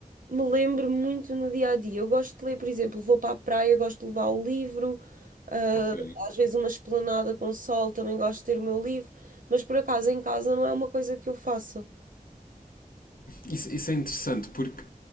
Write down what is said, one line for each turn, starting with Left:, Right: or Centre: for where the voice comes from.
Right: me lembro muito no dia a dia. Eu gosto de ler, por exemplo, vou para a praia, gosto de levar o livro, ah,
Left: Ok.
Right: às vezes uma esplanada com sol, também gosto de ter o meu livro, mas por acaso em casa não é uma coisa que eu faça.
Left: Isso, isso é interessante porque